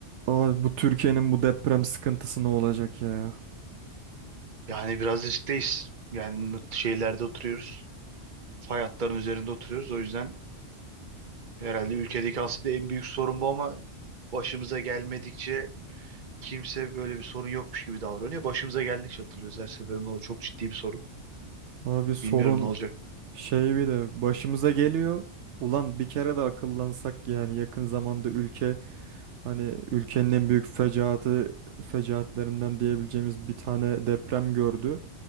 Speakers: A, on the right; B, on the right.
A: Abi bu Türkiye'nin bu deprem sıkıntısı ne olacak ya?
B: Yani biraz riskteyiz. Yani şeylerde oturuyoruz. Fay hatların üzerinde oturuyoruz. O yüzden herhalde ülkedeki aslında en büyük sorun bu ama başımıza gelmedikçe kimse böyle bir sorun yokmuş gibi davranıyor. Başımıza geldikçe hatırlıyoruz her seferinde o çok ciddi bir sorun.
A: Abi sorun
B: Bilmiyorum ne olacak.
A: şey bir de başımıza geliyor. Ulan bir kere de akıllansak yani yakın zamanda ülke hani ülkenin en büyük fecaatı fecaatlerinden diyebileceğimiz bir tane deprem gördü.